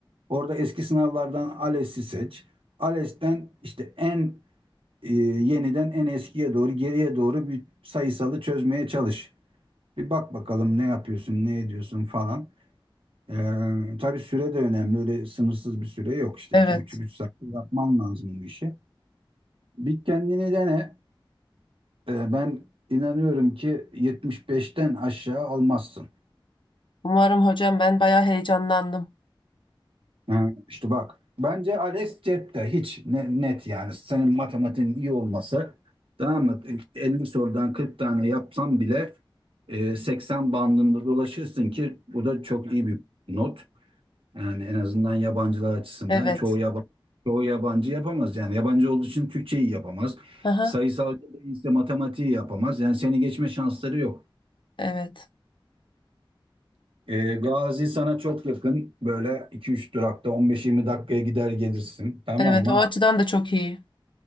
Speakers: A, on the right (about 85°); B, on the left (about 65°).
A: Orada eski sınavlardan ALES'i seç. ALES'ten işte en e, yeniden en eskiye doğru geriye doğru bir sayısalı çözmeye çalış. Bir bak bakalım ne yapıyorsun, ne ediyorsun falan. Ee, tabii süre de önemli. Öyle sınırsız bir süre yok işte.
B: Evet.
A: iki buçuk, üç saat yapman lazım bu işi. Bir kendini dene. Ee, ben inanıyorum ki 75'ten aşağı almazsın.
B: Umarım hocam ben bayağı heyecanlandım.
A: Ha, işte bak. Bence Alex Cep'te hiç ne- net yani. Senin matematiğin iyi olması tamam mı? 50 sorudan 40 tane yapsam bile e, 80 bandında dolaşırsın ki bu da çok iyi bir not. Yani en azından yabancılar açısından
B: Evet.
A: çoğu yabancı, çoğu yabancı yapamaz. Yani yabancı olduğu için Türkçeyi yapamaz.
B: Aha,
A: Sayısal değilse matematiği yapamaz. Yani seni geçme şansları yok.
B: evet.
A: E, Gazi sana çok yakın. Böyle 2-3 durakta 15-20 dakikaya gider gelirsin. Tamam
B: Evet,
A: mı?
B: o açıdan da çok iyi.